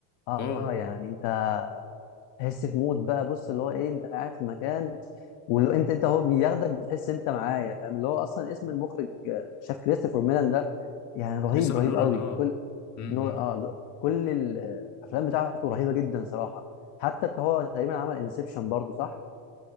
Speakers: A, on the left; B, on the left.
A: اه
B: اه
A: آه، يعني انت تحس في مود بقى بص اللي هو ايه انت قاعد في مكان واللي هو انت انت هو بياخدك بتحس انت معايا فاهم اللي هو اصلا اسم المخرج آه، شاف كريستوفر ميلان ده يعني رهيب
B: كريستوفر
A: رهيب
B: نولان
A: قوي
B: اه
A: كل
B: امم
A: نو اه ل- كل الافلام بتاعته رهيبه جدا صراحه حتى إنت هو تقريبا عمل انسبشن برضو صح